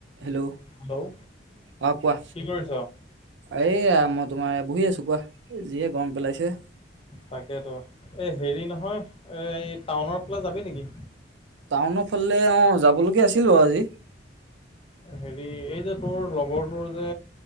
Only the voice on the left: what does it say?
হেল্ল'
কি কৰিছ?
তাকেতো, এই হেৰি নহয়, এই টাউনৰ ফালে যাবি নেকি?
হেৰি এই যে তোৰ লগৰটোৰ যে